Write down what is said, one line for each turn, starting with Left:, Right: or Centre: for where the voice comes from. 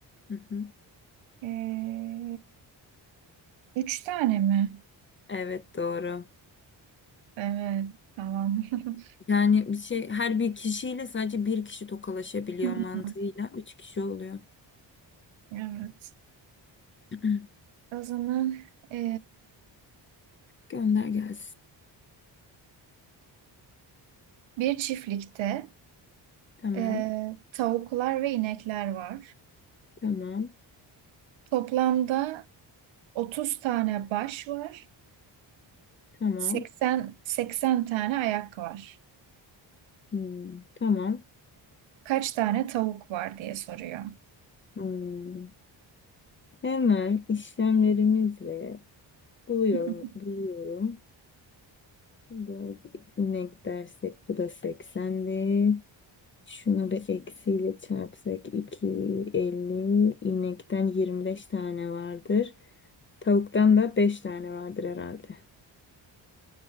Left: Hı hı.
Right: E, üç tane mi?
Left: Evet doğru.
Right: Evet tamam. <laughs>
Left: Yani bir şey her bir kişiyle sadece bir kişi tokalaşabiliyor
Right: Hmm,
Left: mantığıyla. Üç kişi oluyor.
Right: Evet.
Left: <clears throat>
Right: O zaman e,
Left: Gönder gelsin.
Right: bir çiftlikte
Left: Tamam.
Right: e, tavuklar ve inekler var.
Left: Tamam.
Right: Toplamda 30 tane baş var.
Left: Tamam.
Right: seksen seksen tane ayak var.
Left: Hmm, tamam.
Right: Kaç tane tavuk var diye soruyor.
Left: Hmm, Hemen işlemlerimizle buluyorum.
Right: <laughs>
Left: buluyorum. 4 inek dersek bu da 80'di. Şunu bir eksiyle çarpsak 250. İnekten 25 tane vardır. Tavuktan da 5 tane vardır herhalde.